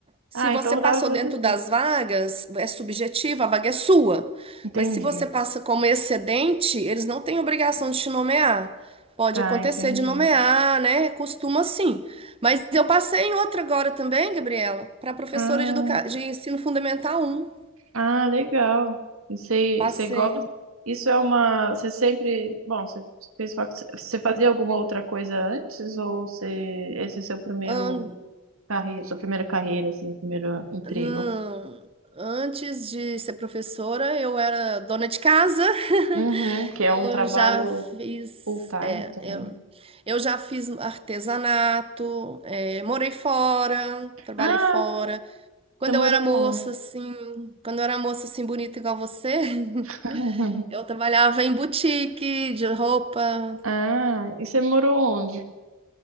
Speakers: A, on the right; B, on the right.
A: Se
B: Ah,
A: você
B: então
A: passou
B: dava pra
A: dentro
B: ter.
A: das vagas, é subjetiva, a vaga é sua.
B: Entendi.
A: Mas se você passa como excedente, eles não têm obrigação de te nomear. Pode
B: Tá,
A: acontecer
B: entendi.
A: de nomear, né? Costuma sim. Mas eu passei em outra agora também, Gabriela, para professora
B: Ah,
A: de, educa... de ensino fundamental um.
B: ah, legal. E você
A: Passei.
B: você gosta? Isso é uma. Você sempre. Bom, você você fez fac- você fazia alguma outra coisa antes? Ou você, esse é seu primeiro
A: Hum.
B: carreira, sua primeira carreira, assim, primeiro emprego?
A: Não, antes de ser professora, eu era dona de casa. <laughs>
B: Uhum, que
A: Eu
B: é um trabalho
A: já fiz,
B: full-time
A: é,
B: também.
A: eu, eu já fiz artesanato, é, morei fora, trabalhei
B: Ah,
A: fora. Quando
B: você morou
A: eu era moça,
B: onde?
A: assim, quando eu era moça, assim, bonita igual você,
B: <laughs>
A: <laughs> eu trabalhava em boutique de roupa.
B: Ah, e você morou onde?